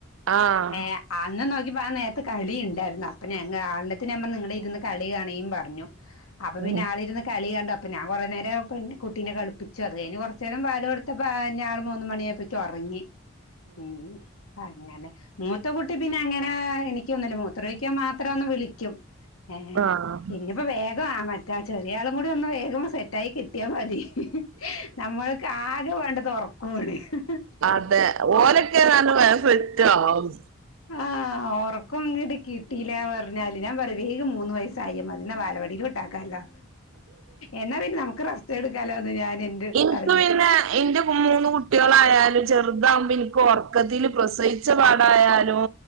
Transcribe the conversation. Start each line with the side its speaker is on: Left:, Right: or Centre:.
Right: ആഹ്
Left: ഏ അന്ന നോ <unintelligible> നേരത്ത് കളി ഇണ്ടാര്ന്നോ അപ്പ ഞങ്ങ <unintelligible> ഇര്ന്ന് കളി കാണീം പറഞ്ഞു അപ്പൊ
Right: ഉം
Left: പിന്നെ ആളിരുന്ന് കളി കണ്ട പ്പൊ ഞാൻ കൊറേനേരം <unintelligible> കുട്ടീനെ കളിപ്പിച്ചു അത് കഴിഞ്ഞ് കൊ ചേരം പാല് കൊടുത്തപ്പോ <unintelligible> മൂന്ന് മണിയാ പ്പെക്കും ഉറങ്ങി ഉം അങ്ങനെ മൂത്ത കുട്ടി പിന്നെ അങ്ങനെ എനിക്ക ന്നുല്ല മൂത്രൊഴിക്കാൻ മാത്രമൊന്ന് വിളിക്കും ഏ
Right: ആഹ്
Left: ഇഞ്ഞിപ്പോ വേ <unintelligible> ആ മറ്റാ ചെറിയ ആളും കൂടി ഒന്ന് വേഗം സെറ്റായി കിട്ടിയാ മതി നമ്മൾക്ക് ആകെ വേണ്ടത് ഒറക്ക <unintelligible> ണെ
Right: അതെ ഓലെക്കെ ന്ന റഞ്ഞ വേഗം സെറ്റാകും
Left: ആഹ് ഒറക്കം ഇങ്ങട്ട് കിട്ടീല പറഞ്ഞാല് ഞാൻ പറവേഗം മൂന്ന് വയസ്സായി മതി ന്ന വാല വടിയിലോട്ടാക്കല്ലാ എന്നാ പിന്നെ നമുക്ക് റസ്റ്റ് എടുക്കാലോ ന്റെ
Right: ഇൻക്ക്
Left: പറയ
Right: പിന്നെ എന്റെ മൂന്ന് കുട്ടിയാളായാലും ചെർതാകുമ്പോ ഇൻക്ക് ഒറക്കത്തിൽ പ്രസ <unintelligible> പാടായാലും